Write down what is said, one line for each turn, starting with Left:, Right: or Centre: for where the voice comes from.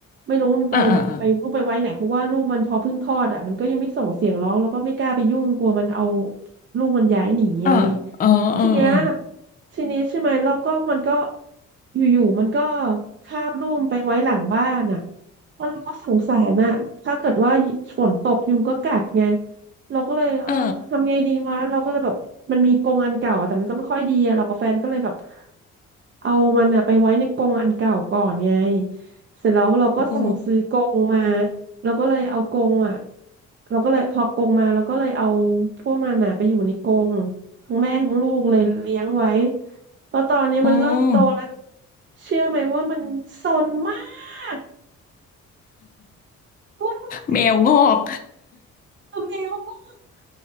Right: ไม่รู้มันไปวาไปลูกไปไว้ไหนเพราะว่าลูกมันพอเพิ่งคลอดอ่ะมันก็ยังไม่ส่งเสียงร้องแล้วก็ไม่กล้าไปยุ่งกลัวมันเอา
Left: เออเออเออ
Right: ลูกมันย้ายหนีไง
Left: เออเออเออ
Right: ทีเนี้ยทีนี้ใช่ไหมเราก็มันก็อยู่ๆมันก็คาบลูกไปไว้หลังบ้านอ่ะแล้วเราก็สงสารอ่ะถ้าเกิดว่าฝนตกยุงก็กัดไงเราก็เลยเออทำไงดีวะเราก็เลยแบบมันมีกรงอันเก่าอะแต่มันก็ไม่ค่อยดีอะเรากับแฟนก็เลยแบบ
Left: เออ
Right: เอามันอะไปไว้ในกรงอันเก่าก่อนไงเสร็จแล้วเราก็สั่งซื้อกรงมา
Left: โอ้โห
Right: เราก็เลยเอากรงอ่ะเราก็เลยพอกรงมาเราก็เลยเอาพวกมันอ่ะไปอยู่ในกรง ทั้งแม่ทั้งลูกเลยเลี้ยงไว้แล้วตอนนี้มันเริ่มโตแล้ว
Left: อืม
Right: เชื่อไหมว่ามันซนมากวุ่นวาย
Left: แมวงอก
Right: กับแมวมาก